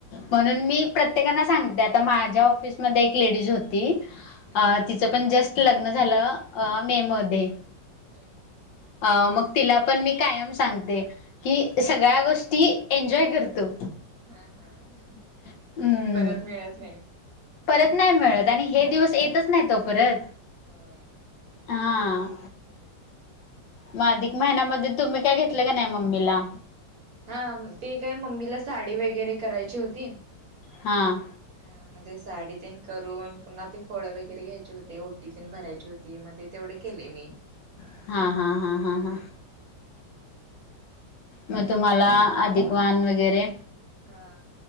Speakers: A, on the left; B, on the right.
A: म्हणून
B: हा
A: मी
B: हा
A: प्रत्येक प्र्येकाना सांगते आ माझ्या ऑफिसमध्ये एक लेडीज होती
B: हम्म
A: पण जस्ट लग्न झालं अ मे मध्ये
B: हम्म
A: अ मग तिला पण मी कायम सांगते की सगळ्या गोष्टी एन्जॉय कर तु
B: हा, हा.
A: हम्म
B: परत मिळत नाहीत.
A: परत नाही मिळत. आणि हे दिवस
B: हम्म
A: येतच नाहीत ओ परत.
B: होय.
A: हा. मग अधिक महिन्यामध्ये, तुम्ही काय घेतलं का नाही, मम्मीला?
B: हा. ते काय मम्मीला, साडी वगैरे करायची होती.
A: हां.
B: हा म साडी तेन करून, पुन्हा ते फळ वगैरे घ्यायचे होते. ओटी तेन भरायची हो ती, मग ते तेवढे केले मी.
A: हा, हा, हा, हा, हा. मग तुम्हाला, अधिकवान वगैरे.
B: हा.